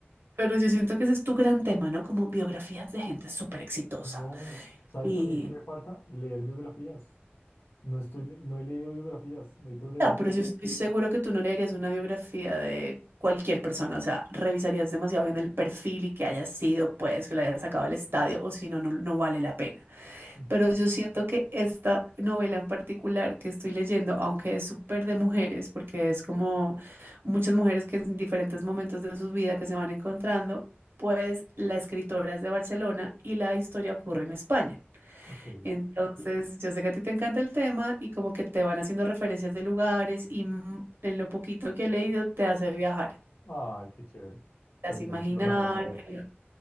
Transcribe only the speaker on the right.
pero yo siento que ese es tu gran tema, ¿no? Como biografías de gente súper exitosa.
y
Ah, pero yo estoy seguro que tú no leerías una biografía de cualquier persona, o sea, revisarías demasiado bien el perfil y que haya sido, pues, que la hayas sacado del estadio, o si no, no, no vale la pena.
Pero yo siento que esta novela en particular que estoy leyendo, aunque es súper de mujeres, porque es como muchas mujeres que en diferentes momentos de su vida que se van encontrando, pues la escritora es de Barcelona y la historia ocurre en España.
Entonces, yo sé que a ti te encanta el tema y como que te van haciendo referencias de lugares y mm, en lo poquito que he leído te hace viajar,
te
hace imaginar.
te-